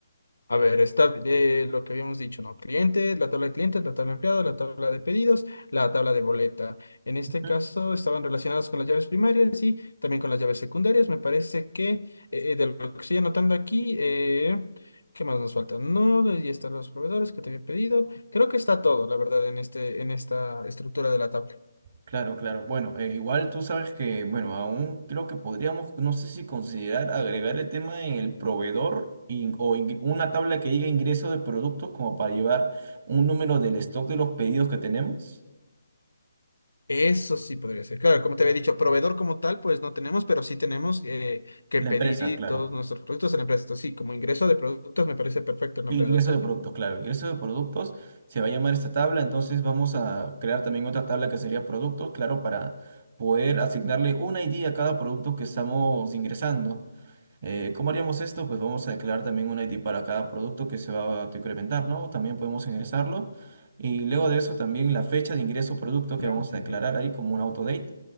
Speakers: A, on the left; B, on the right.
A: A ver, está eh, lo que habíamos dicho, ¿no? Clientes, la tabla de clientes, la tabla de empleados, la tabla de pedidos, la tabla de boleta. En este
B: Ujú.
A: caso estaban relacionados con las llaves primarias y también con las llaves secundarias. Me parece que eh, eh, de lo que estoy anotando aquí, eh, ¿qué más nos falta? No, y están los proveedores que te había pedido. Creo que está todo, la verdad, en este, en esta estructura de la tabla.
B: Claro, claro. Bueno, eh, igual tú sabes que, bueno, aún creo que podríamos, no sé si considerar agregar el tema del proveedor in- o ingre- una tabla que diga ingreso de productos como para llevar un número del stock de los pedidos que tenemos.
A: Eso sí podría ser. Claro, como te había dicho, proveedor como tal, pues no tenemos, pero sí tenemos eh, que
B: La
A: pedir
B: empresa, claro.
A: todos nuestros productos en la empresa. Entonces, sí, como ingreso de productos me parece perfecto el
B: De
A: nombre
B: ingreso
A: de la tabla.
B: de productos, claro. Ingreso de productos se va a llamar esta tabla. Entonces vamos a crear también otra tabla que sería productos, claro, para poder asignarle un ID a cada producto que estamos ingresando. Eh, ¿cómo haríamos esto? Pues vamos a declarar también un ID para cada producto que se va a incrementar, ¿no? También podemos ingresarlo. Y luego de eso también la fecha de ingreso producto
A: Ya,
B: que vamos
A: genial.
B: a declarar ahí como un autodate.